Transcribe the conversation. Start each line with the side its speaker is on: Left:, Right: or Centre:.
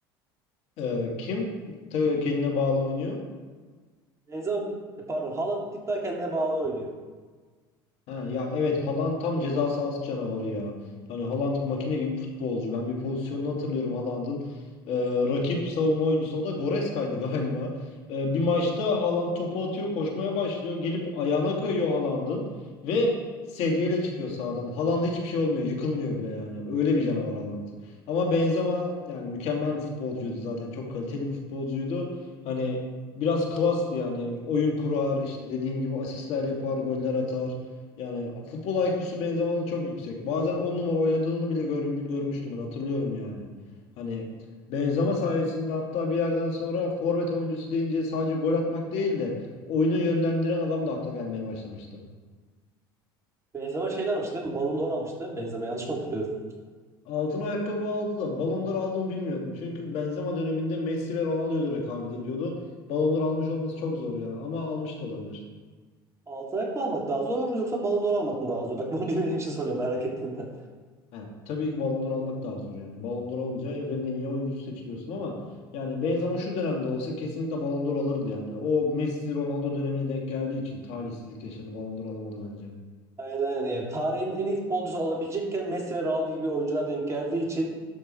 Left: Ee, kim ta- kendine bağlı oynuyor?
Right: Benzema, pardon, Haaland bir tık daha kendine bağlı oynuyor.
Left: Ha, ya evet Haaland tam ceza sahası canavarı ya. Hani Haaland makine gibi futbolcu. Ben bir pozisyonunu hatırlıyorum Haaland'ın. Ee, rakip savunma oyuncusu o da Goreska'ydı <laughs> galiba. Ee, bir maçta Haaland topu atıyor, koşmaya başlıyor. Gelip ayağına kayıyor Haaland'ın ve sedyeyle çıkıyor sahadan. Haaland'a hiçbir şey olmuyor, yıkılmıyor bile yani. Öyle bir canavar Haaland. Ama Benzema yani mükemmel bir futbolcuydu zaten. Çok kaliteli bir futbolcuydu. Hani biraz klastı yani. Oyun kurar, işte dediğin gibi asistler yapar, goller atar. Yani futbol IQ'su Benzema'nın çok yüksek. Bazen 10 numara oynadığını bile görm- görmüştüm ben hatırlıyorum yani. Hani Benzema sayesinde hatta bir yerden sonra forvet oyuncusu deyince sadece gol atmak değil de oyunu yönlendiren adam da akla gelmeye başlamıştı.
Right: Benzema şeyden almıştı değil mi? Ballon d'Or almıştı değil mi? Benzema yanlış mı hatırlıyorum?
Left: Altın ayakkabı aldı da Ballon d'Or aldı mı bilmiyorum. Çünkü Benzema döneminde Messi ve Ronaldo ile rekabet ediyordu. Ballon d'Or almış olması çok zor ya ama almış da olabilir.
Right: Altın ayak mı almak daha zor yoksa Ballon d'Or almak mı daha zor? Bak bunu <laughs> bilmediğim için soruyorum merak ettiğimden.
Left: Yani tabii ki Ballon d'Or almak daha zor yani. Ballon d'Or olunca evrenin en iyi oyuncusu seçiliyorsun ama yani Benzema şu dönemde olsa kesinlikle Ballon d'Or alırdı yani. O Messi Ronaldo dönemine denk geldiği için talihsizlik yaşadı. Ballon d'Or alamadı bence.
Right: Aynen aynen yani. Tarihin en iyi futbolcusu olabilecekken Messi ve Ronaldo gibi oyuncular denk geldiği için